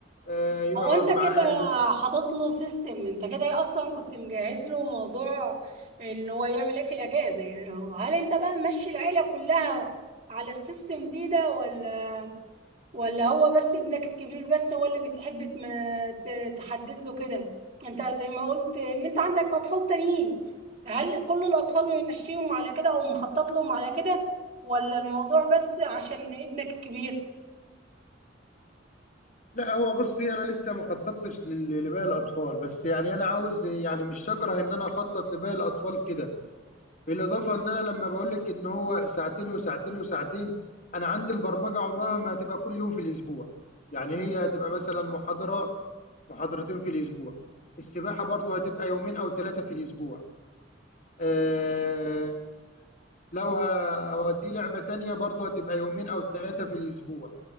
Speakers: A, on the left (about 45°); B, on the right (about 40°).
A: آه، يقعد
B: هو انت
A: مع
B: كده
A: أهله
B: حاطط له سيستم انت كده اصلا كنت مجهز له موضوع ان هو يعمل ايه في الاجازه يعني هو هل انت بقى ماشي العيله كلها على السيستم دي ده ولا ولا هو بس ابنك الكبير بس هو اللي بتحب تم- ت- تحدد له كده انت زي ما قلت ان انت عندك اطفال تانيين هل كل الاطفال
A: آه.
B: ممشيهم على كده او مخطط لهم على كده ولا الموضوع بس عشان ابنك الكبير
A: لا هو بصي أنا لسه ما خططتش لل- لباقي الأطفال بس يعني أنا عاوز يعني مش شاكره إن أنا أخطط لباقي الأطفال كده بالإضافة إن أنا لما بقول لك إن هو ساعتين وساعتين وساعتين أنا عندي البرمجة عمرها ما هتبقى كل يوم في الأسبوع يعني هي هتبقى مثلا محاضرة محاضرتين في الأسبوع السباحة برضو هتبقى يومين أو ثلاثة في الأسبوع آه، لو هوديه لعبة تانية برضو هتبقى يومين أو ثلاثة في الأسبوع